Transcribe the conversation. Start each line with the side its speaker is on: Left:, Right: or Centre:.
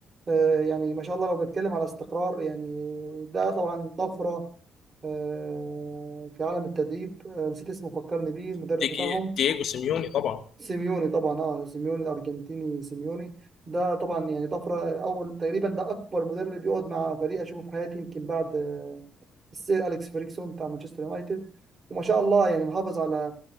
Right: آه، يعني ما شاء الله لو بنتكلم على استقرار يعني ده طبعا طفره آه، في عالم التدريب آه، نسيت اسمه فكرني بيه المدرب
Left: ديجي-
Right: بتاعهم
Left: دييجو سيميوني طبعا
Right: سيميوني طبعا اه سيميوني الارجنتيني سيميوني ده طبعا يعني طفره اول تقريبا ده اكبر مدرب يقعد مع فريق اشوفه في حياتي يمكن بعد آه، السير اليكس فيرجسون بتاع مانشستر يونايتد وما شاء الله يعني محافظ على